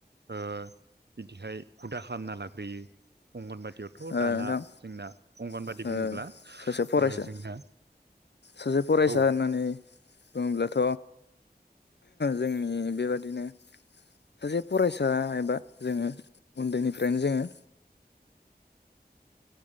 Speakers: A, on the right; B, on the left.
A: बिदिहाय हुदा खालामना लाग्रोयो अंगनबादियावथ'
B: ओ
A: दाना
B: नोंथां
A: जोंना अंगनबादि
B: ओ
A: बुङोब्ला
B: सासे फरायसा
A: ओ जोंना
B: सासे फरायसा
A: औ
B: होननानै बुङोब्लाथ' जोंनि बेबादिनो सासे फरायसा आइबा जोंङो उन्दैनिफ्रायनो जोंङो